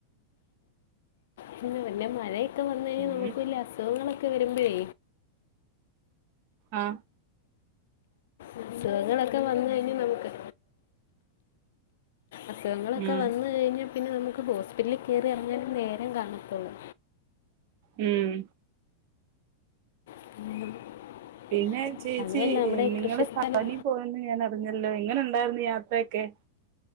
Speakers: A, on the left; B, on the right.
A: പിന്നെ പിന്നെ മഴയൊക്കെ വന്ന് കഴിഞ്ഞാ
B: ഉം
A: നമുക്ക് വലിയ അസുഖങ്ങളൊക്കെ വരുമ്പഴേ
B: ആ
A: അസുഖങ്ങളൊക്കെ വന്ന് കഴിഞ്ഞ് നമുക്ക് അസുഖങ്ങളൊക്കെ
B: ഉം
A: വന്ന് കഴിഞ്ഞാ പിന്നെ നമുക്കിപ്പോ ഹോസ്പിറ്റലില് കയറിയെറങ്ങാനെ നേരം കാണത്തൊള്ളൂ
B: ഉം
A: <unintelligible>
B: പിന്നെ ചേച്ചി
A: അതുമല്ല നമ്മുടെ
B: നിങ്ങള്
A: കൃഷി സ്ഥലം
B: പഴനി പോയെന്ന് ഞാൻ അറിഞ്ഞല്ലോ എങ്ങനെ ഉണ്ടായിരുന്നു യാത്രൊക്കെ